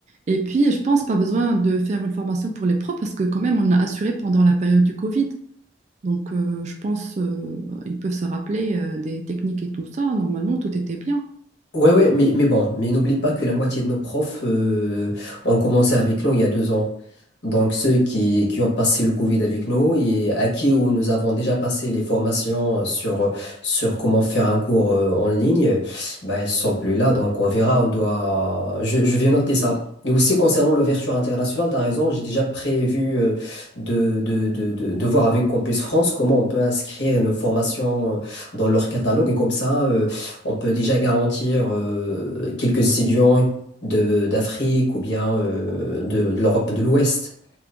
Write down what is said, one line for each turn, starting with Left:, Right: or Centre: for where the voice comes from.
Right: Et puis, je pense pas besoin de faire une formation pour les profs parce que quand même, on a assuré pendant la période du Covid. Donc, euh, je pense euh, ils peuvent se rappeler euh, des techniques et tout ça. Normalement, tout était bien.
Left: Ouais, ouais, mais, mais bon, mais n'oublie pas que la moitié de nos profs euh, ont commencé avec nous il y a deux ans. Donc ceux qui, qui ont passé le Covid avec nous et à qui où nous avons déjà passé les formations sur, sur comment faire un cours euh, en ligne, bah, ils sont plus là, donc on verra, on doit... Je, je vais noter ça. Et aussi concernant l'ouverture internationale, tu as raison, j'ai déjà prévu euh, de, de, de, de, de voir avec Campus France comment on peut inscrire nos formations euh, dans leur catalogue et comme ça... euh, on peut déjà garantir euh, quelques étudiants de d'Afrique ou bien euh, de, de l'Europe de l'Ouest.